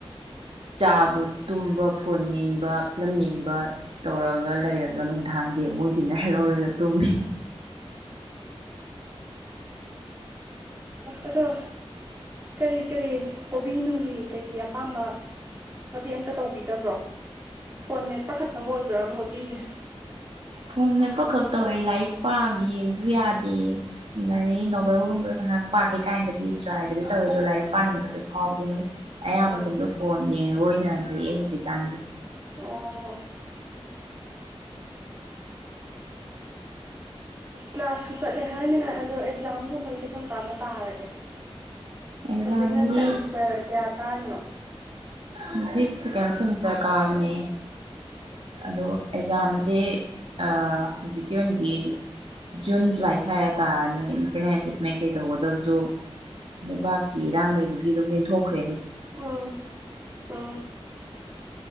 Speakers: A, on the right; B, on the right.
A: ꯆꯥꯕ ꯇꯨꯝꯕ ꯐꯣꯟ ꯌꯦꯡꯕ ꯐꯤꯂꯝ ꯌꯦꯡꯕ ꯇꯧꯔꯒ ꯂꯩꯔꯒ ꯅꯨꯡꯗꯥꯡꯒꯤ ꯑꯃꯨꯣꯏ ꯗꯤꯟꯅꯔ ꯂꯧꯔꯒ ꯇꯨꯝꯃꯤ
B: ꯑꯗꯣ ꯀꯔꯤ ꯀꯔꯤ ꯍꯣꯕꯤ ꯅꯨꯡꯕꯤ ꯀꯩꯀꯩ ꯑꯄꯥꯝꯕ ꯅꯨꯣꯕꯤ ꯑꯝꯇ ꯇꯧꯕꯤꯗꯕ꯭ꯔꯣ ꯐꯣꯟ ꯃꯦꯠ ꯄꯥꯈꯠꯐꯝ ꯑꯣꯏꯕ꯭ꯔꯕ ꯍꯣꯕꯤꯁꯦ
A: ꯐꯣꯟ ꯃꯦꯞꯄ ꯈꯛ ꯇꯧꯋꯦ ꯂꯥꯏꯔꯤꯛ ꯄꯥꯒꯦꯁꯨ ꯌꯥꯗꯦ ꯂꯥꯏꯔꯤꯛ ꯅꯣꯕꯦꯜꯒꯨꯝꯕ ꯉꯥꯏꯍꯥꯛ ꯄꯥꯒꯦ ꯀꯥꯏꯅꯒꯗꯤ ꯇ꯭ꯔꯥꯏꯒꯗꯤ ꯇꯧꯋꯦ ꯑꯗꯣ ꯂꯥꯏꯔꯤꯛ ꯄꯥꯅꯤꯡꯕꯁꯨ ꯐꯥꯎꯗꯦꯅꯦ ꯑꯌꯥꯝꯕ
B: ꯑꯣ
A: ꯃꯇꯝꯗ ꯐꯣꯟ ꯌꯦꯡꯉꯒ ꯑꯣꯏꯅꯅ ꯌꯦ ꯍꯧꯖꯤꯛꯀꯥꯟꯖꯦ
B: ꯑꯣ ꯀ꯭ꯂꯥꯁꯁꯨ ꯆꯠꯂꯦ ꯍꯥꯏꯔꯃꯤꯅ ꯑꯗꯣ ꯑꯦꯛꯖꯥꯝꯒꯨꯝꯕꯩꯗꯤ ꯀꯔꯝ ꯀꯥꯟꯗ ꯇꯥꯔꯒꯦ
A: ꯑꯦꯛꯖꯥꯝꯗꯤ
B: ꯍꯧꯖꯤꯛꯅ ꯁꯦꯃꯤꯁꯇꯔ ꯀꯌꯥ ꯀꯥꯔꯤꯅꯣ
A: ꯍꯧꯖꯤꯛ ꯁꯦꯀꯦꯟ <inaudible> ꯀꯥꯕꯅꯦ ꯑꯗꯣ ꯑꯦꯛꯖꯥꯝꯖꯦ ꯑ ꯍꯧꯖꯤꯛꯀꯤ ꯑꯣꯏꯅꯗꯤ ꯖꯨꯟ ꯖꯨꯂꯥꯏ ꯁꯋꯥ ꯇꯥꯔꯅꯤ ꯏꯟꯇꯔꯅꯦꯜ ꯑꯦꯁꯦꯁꯃꯦꯟ ꯀꯩ ꯇꯧꯒꯗꯕꯁꯨ ꯂꯩꯕꯥꯛꯀꯤ ꯏꯔꯥꯡ ꯂꯩꯕꯒꯤꯗꯣ <inaudible> ꯊꯣꯛꯈ꯭ꯔꯦ
B: ꯑꯥ ꯑꯝ